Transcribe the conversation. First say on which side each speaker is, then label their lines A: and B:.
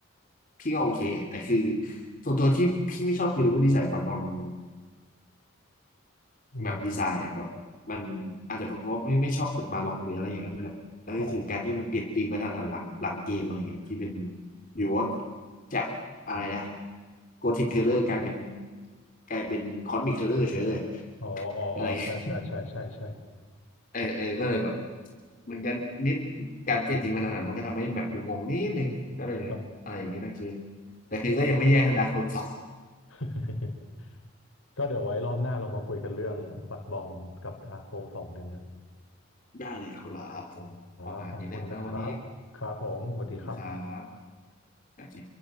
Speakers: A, on the left; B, on the left.
A: พี่ก็โอเคแต่คือส่วนตัวที่พี่ไม่ชอบคือรู้ว่าดีไซน์บัตรบอลมัน
B: อืม
A: แบบดีไซน์อ่ะแบบมันอาจจะเป็นเพราะไม่ไม่ชอบตึกบาร็อกหรืออะไรอย่างนั้นด้วยแหละแล้วก็คือการที่มันเปลี่ยนธีมมาทันหันหลังหลังเกมอะไรเงี้ยที่เป็น
B: อ๋อ
A: อยู่ว่าจากอะไรนะโกธิคเคอร์เลอร์กลายเป็นกลายเป็นคอสมิคเคอร์เลอร์เฉยเลย
B: อ๋ออ๋ออ๋อใช่ใช่ใช่ใช่ใช่
A: อะไรเงี้ยเออเออก็เลยแบบเหมือนกันนิดการเปลี่ยนธีมมาทันหันหลังมันก็ทำให้แบบอยู่งงนิดนึงก็เลยอะไรอย่างเงี้ยนั่นคือ
B: ก็
A: แต่คือก็ยังไม่แย่เท่าดาร์คโซนสอง
B: <laughs> ก็เดี๋ยวไว้รอบหน้าเรามาคุยกันเรื่องปัดบอลกับดาร์โซสองไดีไหมครั
A: ได้เลยครับผมประมาณนี้แล้วนะวันนี้
B: บ ขอบคุณนะครับ ครับผมสวัสดีครับ
A: สวัสดีครับโอเค